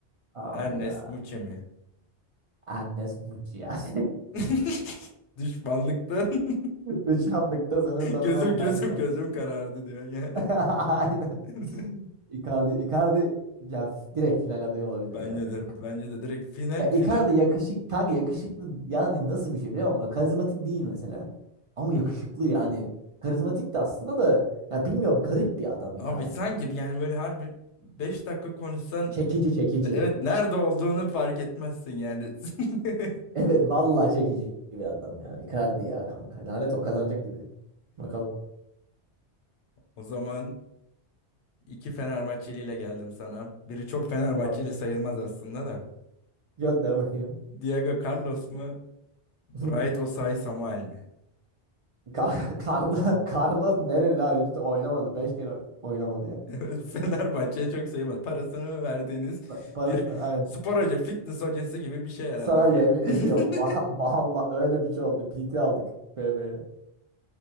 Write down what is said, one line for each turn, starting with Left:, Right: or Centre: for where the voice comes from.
Right: Abi
Left: Ernest
Right: ya.
Left: Muçi mi?
Right: Annes Muçi ya. <laughs>
Left: <laughs> Düşmanlıktan <laughs>
Right: Üç anlıkta sınır tanımam
Left: gözüm gözüm
Right: kanka.
Left: gözüm karardı diyor yani.
Right: <laughs> Aynen.
Left: <laughs>
Right: Icardi, Icardi ya f- direkt final adayı olabilir
Left: Bence
Right: ya.
Left: de
Right: İk-
Left: bence de direkt final
Right: Ya Evet. Icardi
Left: final
Right: yakışık, kanka yakışıklı yani nasıl bir şey biliyor musun? Karizmatik değil mesela. Ama
Left: Hı
Right: yakışıklı
Left: hı.
Right: yani. Karizmatik de aslında da ya bilmiyorum garip bir adam Icardi.
Left: Abi sanki bir- yani böyle harbi 5 dakika konuşsan
Right: Çekici çekici.
Left: evet nerede olduğunu fark etmezsin yani. <laughs>
Right: Evet vallahi çekici bir adam ya. Icardi ya kanka. Lanet o kazanacak gibi. Bakalım.
Left: O zaman İki Fenerbahçeliyle geldim sana. Biri çok Fenerbahçeli
Right: Ulan.
Left: sayılmaz aslında da.
Right: Gönder bakayım.
Left: Diego Carlos mu? Bright
Right: <laughs>
Left: Osay Samuel mi? <laughs>
Right: Kar- Karna, Karna nereli abi? Hiç oynamadı. Beş kere oynamadı ya.
Left: Evet, Fenerbahçe'ye çok sayılmaz. Parasını mı verdiğiniz
Right: Pa- Parasını
Left: bir
Right: aynen.
Left: spor hoca, fitness hocası gibi bir şey herhalde.
Right: Sana
Left: Fe-
Right: yemin ediyorum va- valla öyle bir şey oldu. PT aldık BB'ye.